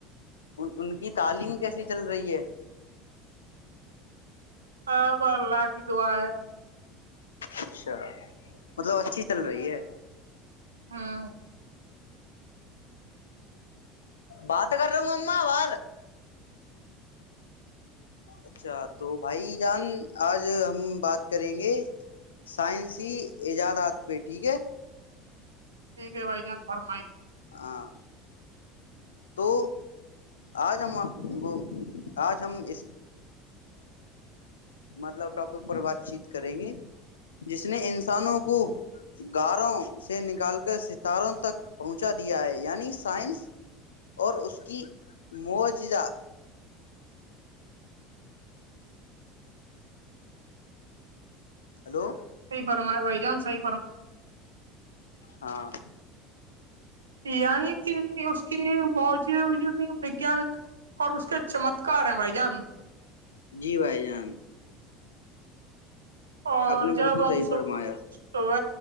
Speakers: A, on the left (about 85°); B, on the right (about 85°).
A: ان کی تعلیم کیسی چل رہی ہے
B: اب اللہ کی دعا ہے
A: اچھا مطلب اچھی چل رہی ہے
B: ہاں
A: بات کر رہا ہوں ا ما ال اچھا تو بھائی جان آج ہم بات کریں گے سائنسی ایجادات پہ ٹھیک ہے
B: ٹھیک ہے بھائی جان فرمائی
A: ہاں تو آج ہم وہ آج ہم اس مطلب ٹاپک پر بات چیت کریں گے جس نے انسانوں کو گاروں سے نکال کر ستاروں تک پہنچا دیا ہے یعنی سائنس اور اس کی معجات ہیلو
B: سی پرمے بائی جان سی
A: ہاں
B: ی نہیں اس کے موجود میں وگان اور اس کے چمتکار ہیں بھائی جان
A: جی بھائی جان
B: اور
A: آپ نے
B: جب
A: بالکل صحیح
B: ہم س
A: فرمایا
B: تو وہ